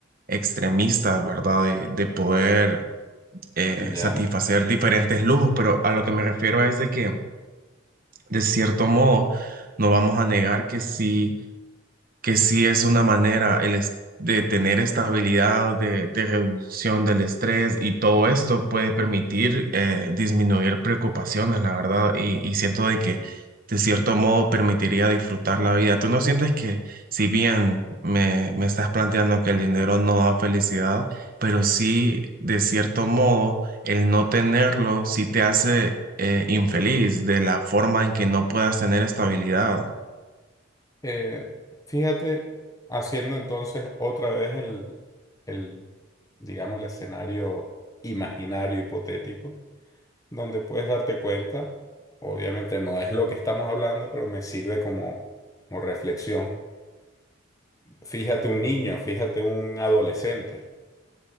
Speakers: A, on the right; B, on the left.
A: extremistas, ¿verdad? De, de poder eh,
B: Ya.
A: satisfacer diferentes lujos, pero a lo que me refiero es de que de cierto modo no vamos a negar que sí que sí es una manera el es- de tener estabilidad, de, de reducción del estrés y todo esto puede permitir eh, disminuir preocupaciones, la verdad, y, y siento de que de cierto modo permitiría disfrutar la vida. ¿Tú no sientes que si bien me, me estás planteando que el dinero no da felicidad, pero sí de cierto modo el no tenerlo sí te hace eh, infeliz de la forma en que no puedas tener estabilidad?
B: Eh, fíjate, haciendo entonces otra vez el, el, digamos, el escenario imaginario, hipotético, donde puedes darte cuenta, obviamente no es lo que estamos hablando, pero me sirve como, como reflexión. Fíjate un niño, fíjate un adolescente,